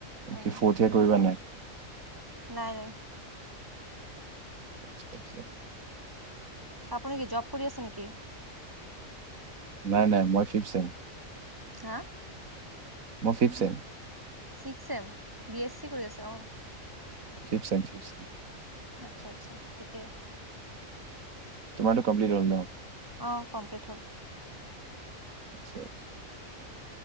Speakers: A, on the right; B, on the right.
A: উম,
B: কি ফোৰ্থ য়েযেৰ কৰিবা নাই?
A: নাই নাই।
B: আচ্ছা আচ্ছা।
A: আপুনি কি জব কৰি আছে নেকি?
B: নাই নাই মই ফিভ ছেম।
A: হা।
B: মই fifth sem.
A: Six sem B S C কৰি আছে অ।
B: ছিক্স ছেম ছিক্স ছেম
A: আচ্ছা আচ্ছা ঠিকেই।
B: তোমাৰ তো কমপ্লিট হল ন।
A: অ কমপ্লিট হ'ল।
B: আচ্ছা আচ্ছা।